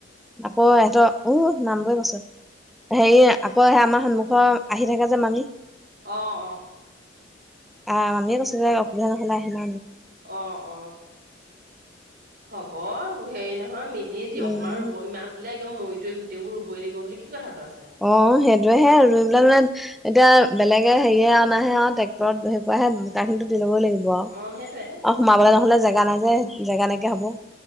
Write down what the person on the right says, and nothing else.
অ', অ'।
অ অ হ'ব হেৰি নহয় মিলি যিয়ক
মাৰ ৰুব ইমান বোলে। মৰিৱ গোইবোৰ ৰুব লাগ বুলি কি কথাটো আছে
অ', সেইটোৱে